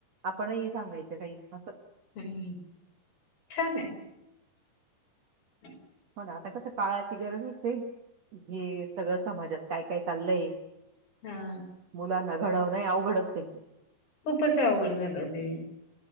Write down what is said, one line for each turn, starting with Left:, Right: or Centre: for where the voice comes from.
Right: आपणही सांगायचं काही असं.
Left: हम, छान ए. नाही <unintelligible>
Right: पण आता कसं काळाची गरज हे - हे सगळं समाजात काय काय चाललंय.
Left: हा.
Right: मुलांना घडवणं हे अवघडचे.
Left: खूपचं अवघड झालं ते